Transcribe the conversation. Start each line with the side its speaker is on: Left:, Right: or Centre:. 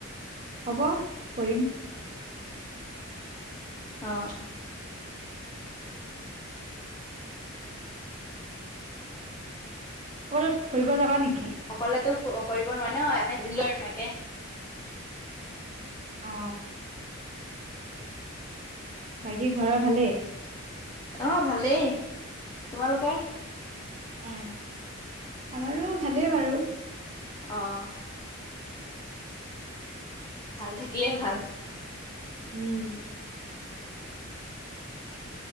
Right: হব কৰিম
Left: অ
Right: ক ফুৰিব যাবা নেকি
Left: অকলে তো কৰিব নোৱাৰি ন এনে সুধিলো আৰু তোমাকে
Right: অ বাকী ঘৰৰ ভালেই
Left: আহ ভালেই তোমালোকৰ
Right: অ আমাৰো ভালেই বাৰু
Left: আহ ভাল থাকিলে ভাল
Right: উম